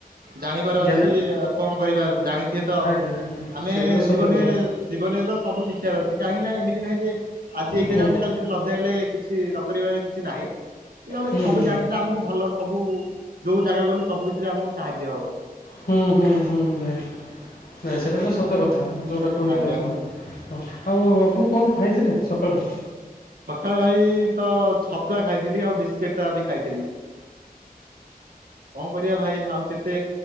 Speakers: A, on the right; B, on the left.
A: ଜାଣିବାର
B: ଜ୍ଞାନ
A: ଅଛି, ଆଉ କଣ କଣ କରିବା ଜାଣିଥିବେ ତ,
B: ଆଜ୍ଞା ଆଜ୍ଞା
A: ଆମେ
B: ସେଇଟା ତ ସତ
A: ଜୀବନ
B: କଥା
A: ଜୀବନରେ ତ ସବୁ ଶିଖିବାର ଅଛି କାହିଁକି ନା ଏମିତି ନାହିଁ ଯେ ଆଜି ଏଇଟା
B: ହୁଁ
A: ଜାଣିଛେ, କାଲି ସେଟା ନ ଜାଣିଲେ କିଛି ନ କରିବାରେ କିଛି ନାହିଁ। କିନ୍ତୁ ଆମେ
B: ହୁଁ
A: ସବୁ
B: ହୁଁ
A: ଜାଣିଥିଲେ ଆମକୁ ଭଲ, ସବୁ ଯୋଉ ଜାଗା ଗଲେ, ସବୁ କିଛିରେ ଆମକୁ ସାହାଯ୍ୟ ହବ।
B: ହୁଁ ହୁଁ ହୁଁ ଭାଇ, ନାଇଁ ସେଇଟା ତ ସତ କଥା, ଯଉଟା କହିଲେ
A: ଆଜ୍ଞା
B: ଆପଣ। ହଁ ଆଉ ଆପଣ କଣ ଖାଇଥିଲେ ସକାଳେ?
A: ସକାଳେ ଭାଇ, ତ ଛତୁଆ ଖାଇଥିଲି ଆଉ ବିସ୍କେଟ୍ ଟା ବି ଖାଇଥିଲି। କଣ କରିବା ଭାଇ ଆଉ କେତେ